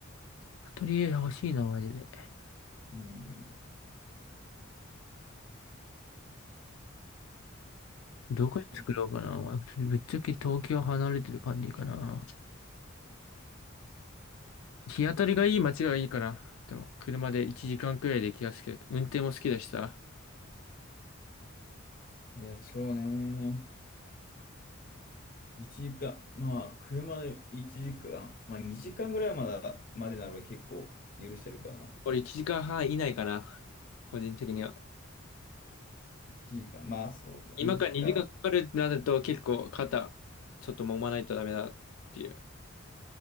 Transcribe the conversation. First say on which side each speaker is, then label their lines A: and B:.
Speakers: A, on the left; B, on the left.
A: アトリエ欲しいな、マジで。
B: うんうん。うんうん。
A: どこに作ろうかな。
B: そうそう。
A: ぶっちゃけ東京離れてる感じかな。日当たりがいい街がいいから、でも車で1時間くらいで行きやすくて、運転も好きだしさ。
B: いや、そうね。1時間、まあ、車で1時間、まあ、2時間ぐらいまだ、までなら結構許せるかな。
A: 俺1時間半以内かな。個人的には。
B: 1時間、まあそうだ。
A: 今から2時間かかるってなると結構肩、
B: 2時間、
A: ちょっと揉まないとダメだっていう。